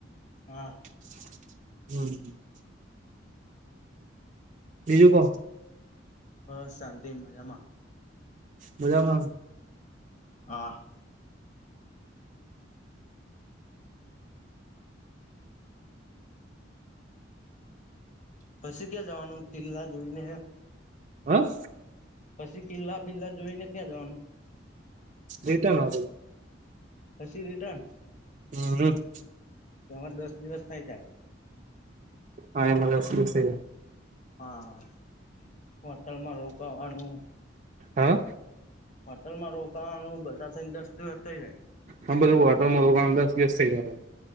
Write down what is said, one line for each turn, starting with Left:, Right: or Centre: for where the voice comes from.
Left: હા
Right: <inaudible> બીજું કો
Left: હ શાંતિ મજામાં.
Right: મજામાં?
Left: હા પછી ક્યાં જવાનું કિલ્લા જોઈને.?
Right: હા
Left: પછી કિલ્લા બીલા જોઈને ક્યાં જવાનું.?
Right: રિટર્ન આવશુ.
Left: હછી રિટર્ન?
Right: હમ હ,
Left: તેમાં દસ દિવસ થઈ જાય.
Right: હા એ મું <inaudible>
Left: હા હોટલમાં રોકાવાનું
Right: હા?
Left: હોટલમાં રોકાવાનું બધા થઈને દસ દિવસ થઈ જાય.?
Right: હમ બધું વાટરમાં રોકાવુ દસ દિવસ થઇ જાય.